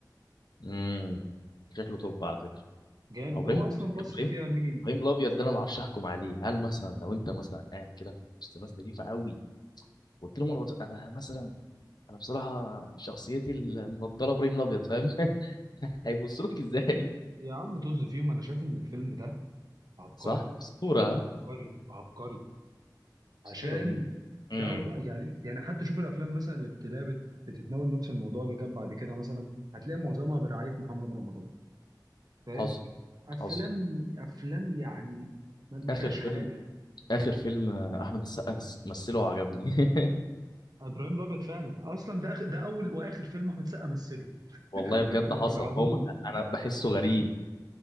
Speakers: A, on the left; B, on the right.
A: امم شكله توب على فكره
B: جامد
A: أو ابراهيم
B: هو اصلا مصر
A: ابراهيم
B: فيها مين
A: ابراهيم الابيض
B: مصر
A: ده انا ما اعرفش احكم عليه هل مثلا لو انت مثلا قاعد كده في وسط ناس نضيفه قوي قلت لهم انا بت... انا مثلا انا بصراحه شخصيتي المفضله ابراهيم الابيض فاهم <laughs> هيبصوا لك ازاي
B: يا عم طز فيهم انا شايف ان الفيلم ده عبقري
A: صح اسطوره ها
B: عبقري عبقري عشان
A: اسطوره بنت
B: ده
A: امم
B: او يعني يعني حتى شوف الافلام مثلا اللي بتلاقي بت- بتتناول نفس الموضوع اللي جاب بعد كده مثلا هتلاقي معظمها برعايه محمد رمضان فاهم
A: حصل
B: افلام
A: حصل
B: افلام يعني ما ما
A: اخر
B: فيهاش
A: فيلم
B: حاجه
A: اخر فيلم آه، احمد السقا مس- مثله عجبني <laughs>
B: ابراهيم الابيض فعلا اصلا ده آخر- ده اول واخر فيلم احمد سقا مثله
A: والله
B: <laughs>
A: بجد
B: في
A: حصل
B: في العموم
A: هو م- انا بحسه غريب
B: فاهم؟